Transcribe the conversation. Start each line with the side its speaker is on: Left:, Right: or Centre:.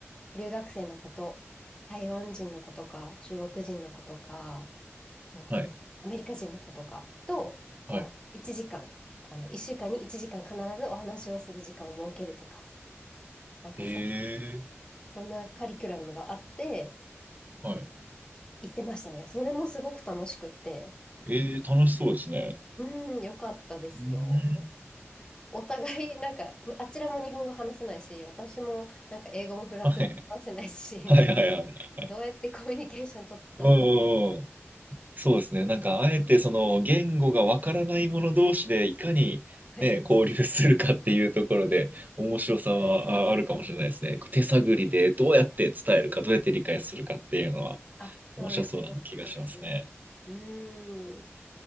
Left: う、留学生の子と、台湾人の子とか、中国人の子とか、とアメリカ人の子とかと、
Right: はい、
Left: こう、
Right: はい。
Left: 1時間、あの、1週間に1時間必ずお話をする時間を設けるとか、なんかそ、
Right: ええ
Left: そんなカリキュラムがあって、
Right: はい。
Left: 行ってましたね。それもすごく楽しくって、
Right: ええ楽しそうですね。
Left: うん、よかったですよ。
Right: うん。
Left: お互い、なんか、あちらも日本語話せないし、私もなんか英語もフランス語も話せないし、
Right: はい、はい、はい、はい。
Left: どうやってコミュニケーション取ってたのか。
Right: うん、うんうんそうですね。なんか、あえてその言語がわからない者同士でいかにね、
Left: <laughs> はい。
Right: 交流するかっていうところで面白さはああるかもしれないですね。こう手探りでどうやって伝えるか、どうやって理解するかっていうのは
Left: あ、そうです。
Right: 面白そうな気がしますね。
Left: そうです。うーん。